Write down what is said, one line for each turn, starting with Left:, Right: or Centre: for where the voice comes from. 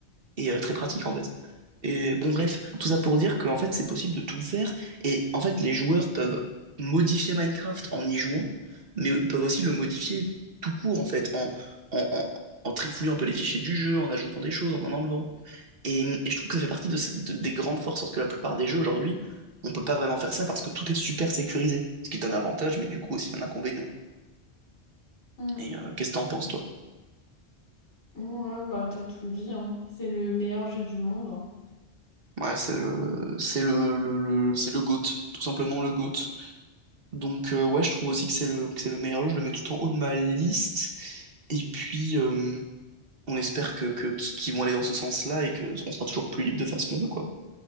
Right: et euh, très pratique en fait. Et bon, bref, tout ça pour dire qu'en fait, c'est possible de tout faire. Et en fait, les joueurs peuvent modifier Minecraft en y jouant, mais peuvent aussi le modifier tout court en fait, en, en, en, en trifouillant un peu les fichiers du jeu, en ajoutant des choses, en en enlevant. Et, et je trouve que ça fait partie de, ce- de- des grandes forces, parce que la plupart des jeux aujourd'hui, on peut pas vraiment faire ça parce que tout est super sécurisé, ce qui est un avantage, mais du coup aussi un inconvénient.
Left: Hmm.
Right: Et euh, qu'est-ce que t'en penses, toi?
Left: Ouais, bah, t'as tout dit, hein. C'est le meilleur jeu du monde. hein.
Right: Ouais, c'est le, c'est le, le, le- c'est le GOAT, tout simplement le GOAT. Donc euh, ouais, je trouve aussi que c'est le, que c'est le meilleur jeu, je le mets tout en haut de ma liste. Et puis euh, on espère que, que, qu'ils vont aller dans ce sens-là et que on sera toujours plus libre de faire ce qu'on veut, quoi.